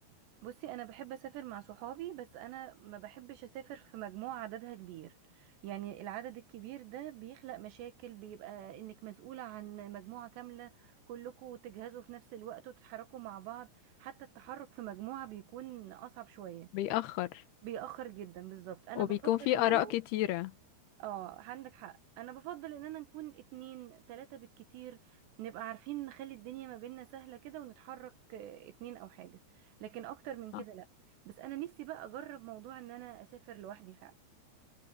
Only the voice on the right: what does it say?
بصي انا بحب اسافر مع صحابي بس انا ما بحبش اسافر في مجموعة عددها كبير يعني العدد الكبير ده بيخلق مشاكل بيبقى انك مسؤولة عن مجموعة كاملة كلكم تجهزوا في نفس الوقت وتتحركوا مع بعض حتى التحرك في مجموعة بيكون اصعب شوية
بيأخر جدا بالظبط انا
بفضل
ان
انا
اه عندك حق انا بفضل اننا نكون اتنين تلاتة بالكتير نبقى عارفين نخلي الدنيا ما بيننا سهلة كده ونتحرك آه، اتنين او حاجة لكن اكتر من كده
لا بس انا نفسي بقى اجرب موضوع ان انا اسافر لوحدي فعلا